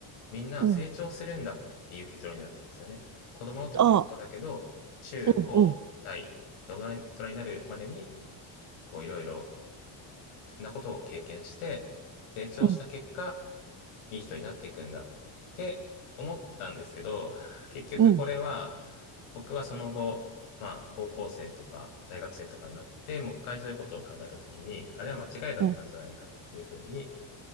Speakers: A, on the left; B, on the right.
A: みんな成長するんだっていう結論になったんですよね。
B: うん。
A: 子供の時はこうだけど、
B: ああ、
A: 中高大で大人に、
B: うん、うん、
A: 大人になるまでにこういろいろなことを経験して成長した結果、
B: うん、
A: いい人になっていくんだって思ったんですけど、結局これは
B: うん、
A: 僕はその後、まあ高校生とか大学生とかになってもう一回そういうことを考えた時に、あれは間違いだったんじゃないかっていうふうに
B: うん。